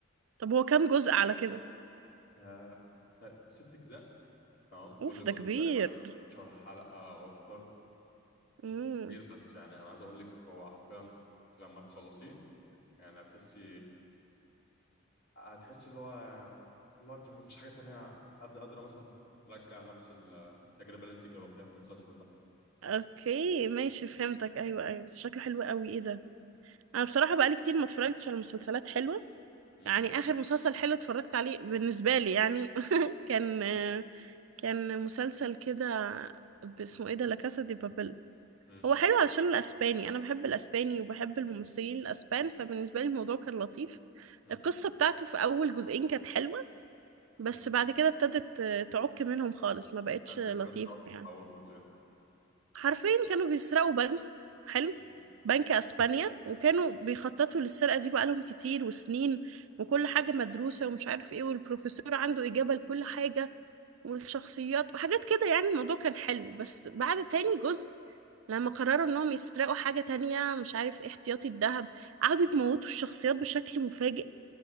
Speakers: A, on the right; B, on the left.
A: طب هو كام جزء على كده
B: آه، ست اجزاء تمام كل
A: اوف
B: جزء
A: ده كبير
B: تقريبا 12 حلقة أو أكتر
A: امم
B: مم. كبير بس يعني أنا عايز أقول لك هو حرفيا أنت لما تخلصيه يعني هتحسي هتحسي اللي هو اللي هو أنت ما فيش حاجة تانية قادرة قادرة مثلا ترجع نفس التجربة اللي أنت جربتيها في المسلسل ده
A: اوكي ماشي فهمتك ايوه ايوه شكله حلو قوي ايه ده انا بصراحه بقالي كتير ما اتفرجتش على مسلسلات حلوه
B: مم.
A: يعني اخر مسلسل حلو اتفرجت عليه بالنسبه لي يعني <laughs> كان كان مسلسل كده اسمه ايه ده لا كاسا دي بابل
B: مم.
A: هو حلو علشان الاسباني انا بحب الاسباني وبحب الممثلين الاسبان فبالنسبه لي الموضوع كان لطيف
B: مم.
A: القصه بتاعته في اول جزئين كانت حلوه بس
B: مم.
A: بعد كده ابتدت آه، تعك منهم خالص ما بقتش
B: كانت
A: لطيفه
B: إيه القصة أصلا
A: يعني
B: في أول جزئين
A: حرفيا كانوا بيسرقوا بنك حلو
B: مم.
A: بنك اسبانيا وكانوا بيخططوا للسرقه دي بقالهم كتير وسنين وكل حاجه مدروسه ومش عارف ايه والبروفيسور عنده اجابه لكل حاجه والشخصيات وحاجات كده يعني الموضوع كان حلو بس بعد تاني جزء لما قرروا انهم يسرقوا حاجة تانية مش عارف إيه، احتياطي الذهب قعدوا يموتوا الشخصيات بشكل مفاجئ